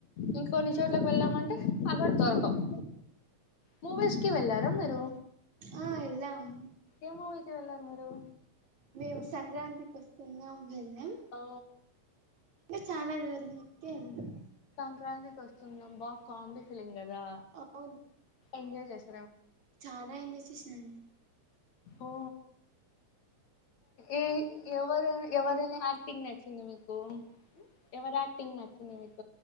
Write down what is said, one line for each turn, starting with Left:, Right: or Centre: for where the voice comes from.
Left: ఇంక కొన్ని చోట్లకు వెళ్ళామంటే అక్కడ దొరకవు మూవీస్ కి వెళ్ళారా మీరు
Right: ఆ ఎల్లామ్
Left: ఏ మూవీకి వెళ్ళారు మీరు
Right: మేమ్ సంక్రాంతికి ఉన్నాం వెళ్లాం
Left: ఓ
Right: ఇంకా చానా <unintelligible> కే వెళ్లాం
Left: సంక్రాంతికి వస్తున్నాం బా కామెడీ ఫిల్మ్ గదా
Right: అవును
Left: ఎంజాయ్ చేస్
Right: చానా ఏంజాయ్ చేసేసినండి
Left: ఓ ఏ ఎవరు ఎవరు యాక్టింగ్ నచ్చింది మీకు ఎవరు యాక్టింగ్ నచ్చింది మీకు